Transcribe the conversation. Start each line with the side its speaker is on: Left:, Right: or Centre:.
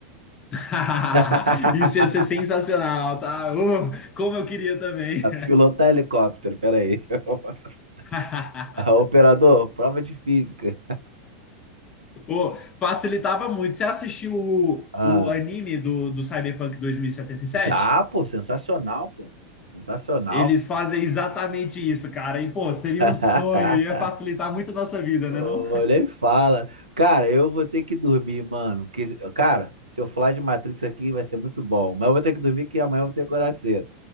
Left: <laughs>
Right: <laughs>
Left: Isso ia ser sensacional, tá? Oh, como eu queria também.
Right: Pilotar helicóptero, peraí. <laughs>
Left: <laughs>
Right: Operador, prova de física.
Left: Pô, facilitava muito. Você assistiu o,
Right: Ah,
Left: o anime do, do Cyberpunk 2077?
Right: já, pô, sensacional, pô. Sensacional.
Left: Eles fazem exatamente isso, cara. E, pô, seria
Right: <laughs>
Left: um sonho, ia facilitar muito a nossa vida,
Right: Olha
Left: né, não?
Right: e fala. Cara, eu vou ter que dormir, mano. Que, cara, se eu falar de Matrix aqui vai ser muito bom. Mas eu vou ter que dormir que amanhã eu vou ter que acordar cedo.